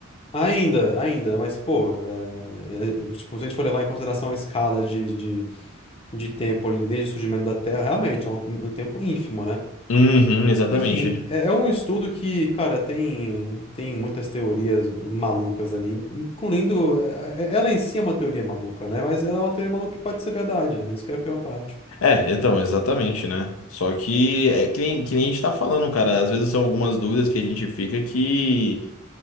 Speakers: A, on the left; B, on the left.
A: Ainda, ainda, mas, pô, é- é- é, tipo, se a gente for levar em consideração a escala de, de, de tempo ali desde o surgimento da Terra, realmente é um, um tempo ínfimo, né?
B: Uhum, exatamente.
A: Enfim, é, é um estudo que, cara, tem, tem muitas teorias malucas ali, incluindo. é- é- Ela em si é uma teoria maluca, né? Mas ela é uma teoria maluca que pode ser verdade, né? Isso que é a pior parte.
B: É, então, exatamente, né? Só que é que nem, que nem a gente tá falando, cara. Às vezes são algumas dúvidas que a gente fica que